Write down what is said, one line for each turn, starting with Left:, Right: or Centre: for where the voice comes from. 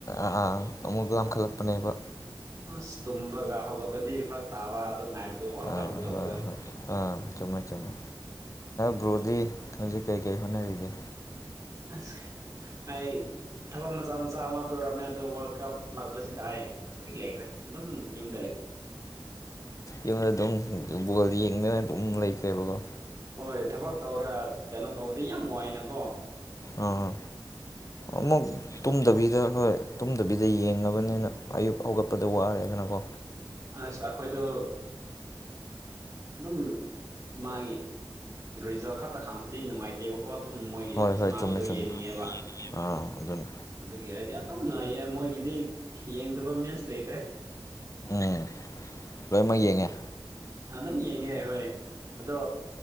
Left: ꯑꯥ ꯑꯃꯨꯛ ꯂꯥꯝꯈꯠꯂꯛꯄꯅꯦꯕ
Right: ꯑꯁ ꯇꯨꯝꯕꯒ ꯍꯧꯒꯠꯄꯗꯤ ꯐꯔꯛ ꯇꯥꯕ ꯑꯗꯣ ꯉꯥꯏꯕꯗꯣ ꯋꯥꯕ
Left: ꯑꯥ
Right: ꯑꯗꯨ ꯇꯧꯕꯗꯣ
Left: ꯍꯣꯏ ꯍꯣꯏ ꯑꯥ ꯆꯨꯝꯃꯦ ꯆꯨꯝꯃꯦ ꯕ꯭ꯔꯣꯗꯤ ꯍꯧꯖꯤꯛ ꯀꯩ ꯀꯩ ꯍꯣꯠꯅꯔꯤꯒꯦ
Right: ꯑꯁ ꯑꯩ ꯊꯕꯛ ꯃꯆꯥ ꯃꯆꯥ ꯑꯃ ꯇꯧꯔꯝꯃꯦ ꯑꯣ ꯋꯥꯔꯜ ꯀꯞ ꯂꯥꯛꯄꯁꯤꯗ ꯑꯩ ꯐ꯭ꯔꯤ ꯂꯩꯈ꯭ꯔꯦ ꯑꯗꯨꯝ ꯌꯨꯝ
Left: ꯌꯨꯝꯗ ꯑꯗꯨꯝ ꯕꯣꯜꯗꯤ ꯌꯦꯡꯗꯅ ꯑꯗꯨꯝ ꯂꯩꯈ꯭ꯔꯦꯕꯀꯣ
Right: ꯍꯣꯏ ꯊꯕꯛ ꯇꯧꯔ ꯀꯩꯅꯣ ꯇꯧꯕꯗꯤ ꯌꯥꯝ ꯅꯨꯡꯉꯏꯅꯀꯣ
Left: ꯑꯥ ꯑꯃꯨꯛ ꯇꯨꯝꯗꯕꯤꯗ ꯍꯣꯏ ꯇꯨꯝꯗꯕꯤꯗ ꯌꯦꯡꯉꯕꯅꯤꯅ ꯑꯌꯨꯛ ꯍꯧꯒꯠꯄꯗ ꯋꯥꯔꯦꯗꯅꯀꯣ
Right: ꯑꯁ ꯑꯩꯈꯣꯏꯗꯣ ꯑꯗꯨꯝ ꯃꯥꯒꯤ ꯔꯤꯖꯜ ꯈꯛꯇ ꯈꯥꯡꯝꯕꯗꯤ ꯅꯨꯡꯉꯥꯏꯇꯦꯕꯀꯣ ꯀꯣ ꯑꯗꯨꯝ ꯃꯣꯏꯒꯤ
Left: ꯍꯣꯏ ꯍꯣꯏ
Right: ꯁꯕꯗꯣ
Left: ꯆꯨꯝꯃꯦ ꯆꯨꯝꯃꯦ
Right: ꯌꯦꯡꯅꯤꯡꯉꯦꯕ
Left: ꯑꯥ ꯑꯗꯨꯅꯤ
Right: ꯑꯗꯨꯒꯤ ꯑꯥꯏꯗꯤꯌꯥ ꯑꯗꯨꯝ ꯉꯥꯏꯌꯦ ꯃꯣꯏꯒꯤꯗꯤ ꯌꯦꯡꯗꯕ ꯃꯦꯦꯟꯁ ꯂꯩꯇ꯭ꯔꯦ
Left: ꯎꯝ ꯂꯣꯏꯅꯃꯛ ꯌꯦꯡꯉꯦ
Right: ꯑꯗꯨꯝ ꯌꯦꯡꯉꯦ ꯍꯣꯏ ꯑꯗꯣ